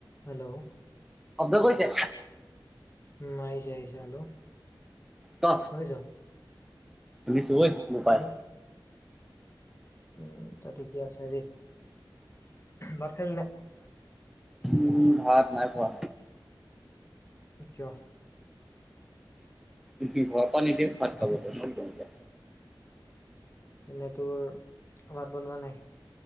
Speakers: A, on the left; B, in the centre.
A: Hello
B: শব্দ গৈছে
A: উম আহিছে আহিছে হেল্ল
B: ক
A: শুনিছ
B: গৈছো ঐ নেপাল
A: শুনি উম ঠিকে আছে হেৰি ভাত খালি নাই
B: উম ভাত নাই খোৱা
A: কিয়
B: ঘৰ পৰা পানীদিয়ে ভাত খাব হলতো
A: এনেই তোৰ ভাত বনোৱা নাই